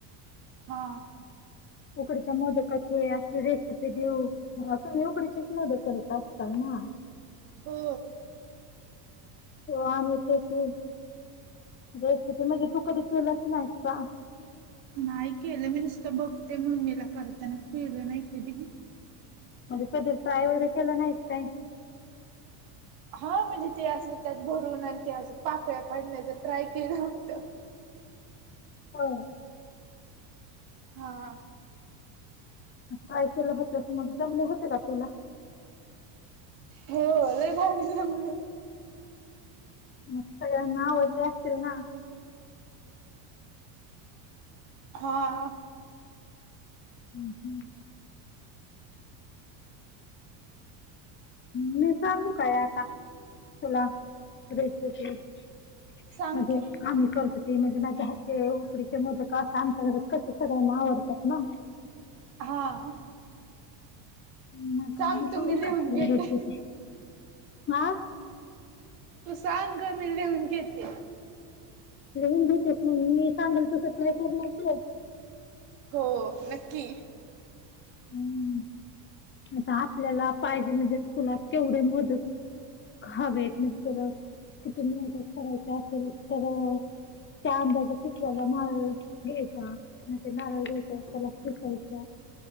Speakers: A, on the right (about 70°); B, on the left (about 25°).
A: हां
B: ककड चमदकचे अस रेसपी देऊ ता् उकडी चष्मा ब करत असताल ना
A: हो
B: हो आणि तेची वेस् म्हणजे तू कधी केलाच नाहीस का
A: नाही केलं मी नुसतं बघते मम्मीला करताना केलं नाही कधी
B: म्हणजे कध ट्राय वगैरे केला नाहीच काय
A: हा म्हणजे ते असं त्यात भरून आणि ते असं पाकळ्या पडण्याच ट्राय केलं होत
B: हो
A: हा
B: काय केलं होतस मग जमले होते का तुला
A: हो लय भारीजम
B: म सगळ्यांना आवडले असतील ना.
A: हा.
B: हम्म हम्म. मी सांगू काय आता तुला म्हणजे
A: सांग की
B: आम्ही करत ते म्हणजे माझ्या हातचे उकडीचे मोदक सामतक सगळ्यांना आवडतात ना.
A: हा.
B: नका
A: सांग
B: मी
A: तू
B: काडी
A: लिहून
B: पालागायच
A: घेते
B: ते हा.
A: तू सांग मी लिहून घेते.
B: लिहून देतेस मग मी सांगल तस करणारच ते.
A: हो नक्की.
B: हम्म. आता आपल्याला पाहिजे म्हणजे तुला केवढे मोदक हवेत म्हणजेला किती मदत करायची असेल तर चां अंदाजे किसलेला नारळ घ्यायचा म्हणजे नारळ घ्यायचा त्याला किसायचा